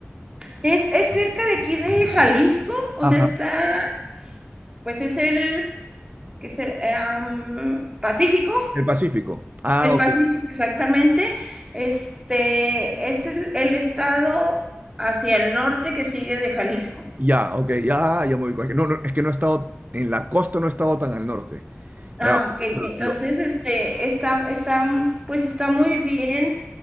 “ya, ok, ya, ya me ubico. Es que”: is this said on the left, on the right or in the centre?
Right